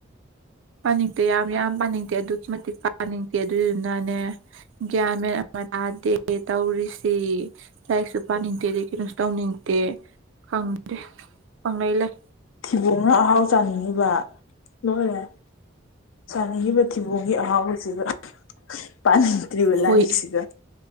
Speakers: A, on the right; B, on the left.
A: ꯄꯥꯅꯤꯡꯗꯦ ꯌꯥꯝ ꯌꯥꯝ ꯄꯥꯅꯤꯡꯗꯦ ꯑꯗꯨꯛꯀꯤ ꯃꯇꯤꯛ ꯄꯥꯅꯤꯡꯗꯦ ꯑꯗꯨꯗꯨꯅꯅꯦ ꯒ꯭ꯌꯥꯟ ꯃꯦꯟ ꯑꯃ ꯇꯥꯗꯦ ꯇꯧꯔꯤꯁꯤ ꯂꯥꯏꯔꯤꯛꯁꯨ ꯄꯥꯅꯤꯡꯗꯦ ꯑꯗꯩ ꯀꯩꯅꯣꯁꯨ ꯇꯧꯅꯤꯡꯗꯦ ꯈꯪꯗꯦ ꯄꯪꯂꯩ ꯂꯩ
B: ꯊꯕꫭꯡꯅ ꯑꯍꯥꯎ ꯆꯥꯅꯤꯡꯉꯤꯕ ꯂꯣꯏꯔꯦ ꯆꯥꯅꯤꯡꯉꯤꯕ ꯊꯤꯕꯣꯡꯒꯤ ꯑꯍꯥꯎꯕꯁꯤꯒ ꯄꯅꯤꯡꯗ꯭ꯔꯤꯕ
A: ꯍꯣꯏ
B: ꯂꯥꯏꯔꯛꯁꯤꯒ